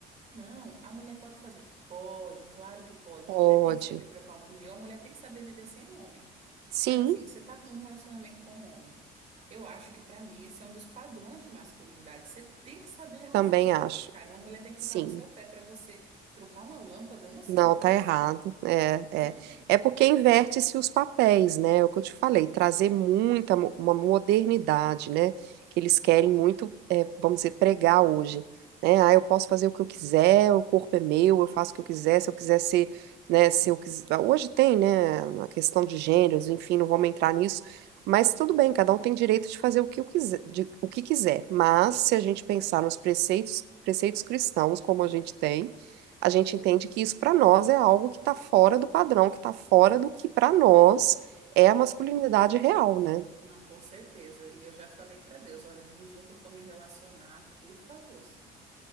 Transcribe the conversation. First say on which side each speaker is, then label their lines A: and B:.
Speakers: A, on the right; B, on the right.
A: não, a mulher pode fazer. Pode, claro que pode.
B: pode.
A: Uma mulher tem que saber trocar um pneu, a mulher tem que saber viver sem um homem.
B: Sim,
A: Mas assim, você tá com um relacionamento com um homem. Eu acho que pra mim esse é um dos padrões de masculinidade. Você tem que saber arrumar
B: também
A: as coisas,
B: acho.
A: cara. Uma mulher tem que ficar
B: Sim.
A: no seu pé pra você trocar uma lâmpada uma semana.
B: Não, tá errado. É, é.
A: Não.
B: É porque inverte-se os papéis, né? É o que eu te falei, trazer muita mo- uma modernidade, né? Que eles querem muito, é, vamos dizer, pregar
A: Uhum.
B: hoje. Né? Ah, eu posso fazer o que eu quiser, o corpo é meu, eu faço o que eu quiser, se eu quiser ser, né? Se eu quiser. Hoje tem, né? A questão de gêneros, enfim, não vamos entrar nisso. Mas tudo bem, cada um tem direito de fazer o que eu quiser, de- o que quiser. Mas se a gente pensar nos preceitos, preceitos cristãos, como a gente tem a gente entende que isso para nós é algo que está fora do padrão, que está fora do que para nós é a masculinidade real, né?
A: Não, com certeza. E eu já falei pra Deus, olha, no dia que eu for me relacionar, por favor, sim.